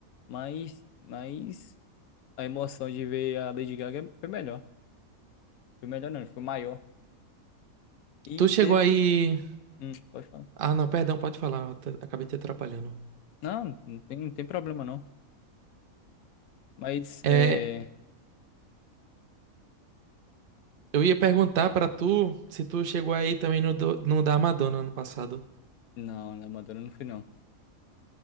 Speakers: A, on the left (about 85°); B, on the right (about 45°).
A: Mas, mas a emoção de ver a Lady Gaga foi melhor. Foi melhor não, foi maior. E
B: Tu
A: teve.
B: chegou aí.
A: Hum, pode falar.
B: Ah, não, perdão, pode falar. eu te- Acabei te atrapalhando.
A: Não, não tem, não tem problema não. Mas
B: É,
A: é.
B: eu ia perguntar pra tu se tu chegou aí também no, do- no da Madonna ano passado.
A: Não, na Madonna não fui não.